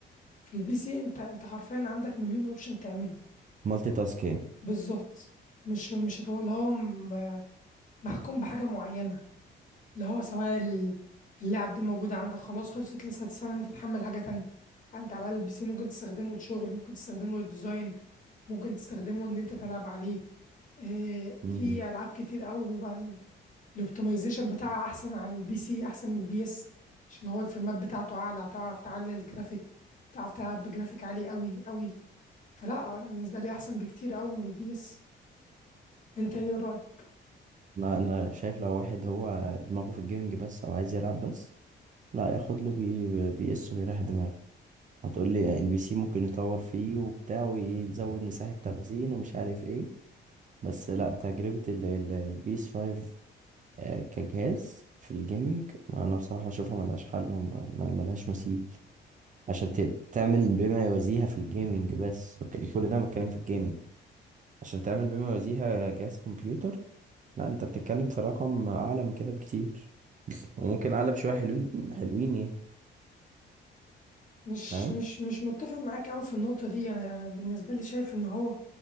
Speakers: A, on the left; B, on the right.
A: في البي سي انت انت حرفيا عندك مليون اوبشن تعمله
B: مالتي تاسكينج
A: بالظبط مش مش هتقول لهم محكوم بحاجة معينة اللي هو سواء ال- اللعب دي موجودة عندك خلاص خلصت لسه هتستنى إن انت تحمل حاجة تانية انت على الأقل البي سي ممكن تستخدمه للشغل ممكن تستخدمه للديزاين ممكن تستخدمه ان انت تلعب عليه إيه
B: مم.
A: في العاب كتير قوي بيبقى ال- الاوبتمايزيشن بتاعها احسن على البي سي احسن من البي اس عشان هو الفريمات بتاعته اعلى هتعرف تعلي الجرافيك تعرف تلعب بجرافيك عالي قوي قوي فلا انا بالنسبة لي احسن بكتير قوي من البي اس انت ايه رأيك
B: انا انا شايف لو واحد هو دماغه في الجيمنج بس او عايز يلعب بس لا ياخد له بي بي اس ويريح دماغه هتقول لي البي سي ممكن يطور فيه وبتاع ويزود مساحة تخزين ومش عارف ايه بس لا تجربة البي اس 5 كجهاز في الجيمنج انا بصراحة اشوفها ملهاش حل وملهاش مثيل عشان ت- تعمل بما يوازيها في الجيمنج بس بك- كل ده أنا بتكلم في الجيمنج عشان تعمل بما يوازيها جهاز كمبيوتر لا انت بتتكلم في رقم اعلى من كده بكتير وممكن اعلى بشويه حلوين حلوين يعني
A: مش
B: فاهم
A: مش مش متفق معاك أوي في النقطة دي يعني أنا بالنسبة لي شايف إن هو